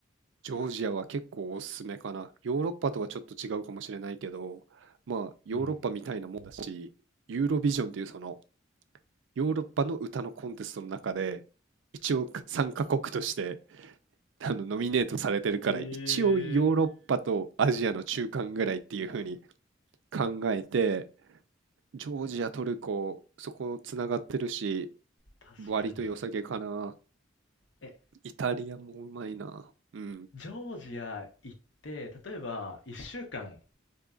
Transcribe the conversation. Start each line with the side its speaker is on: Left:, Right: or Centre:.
Right: ジョージアは結構おすすめかな。ヨーロッパとはちょっと違うかもしれないけど、まあヨーロッパみたいなもんだし、
Left: うん。
Right: ユーロビジョンっていうそのヨーロッパの歌のコンテストの中で、一応参加国として <laughs> あのノミネートされてるから、
Left: ええ
Right: 一応ヨーロッパとアジアの中間ぐらいっていう風に考えて、ジョージア、トルコ、そこつながってるし、
Left: 確かに。
Right: 割と良さげかな。
Left: え、
Right: イタリアもうまいな。うん、
Left: ジョージア行って、例えば1週間、